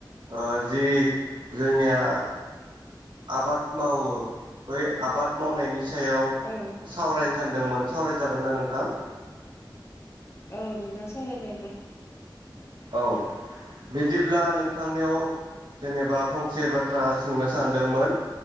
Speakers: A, on the right; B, on the left.
A: ओ जि जोंनिया आबाद मावो बै आबाद मावनायनि सायाव
B: औ।
A: सावरायनो सान्दोंमोन सावरायजागोन ना नोंथां?
B: औ नोंथां सावरायजागोन।
A: औ। बिदिब्ला नोंथांनियाव जेनेबा फंसे बाथ्रा सोंनो सानदोंमोन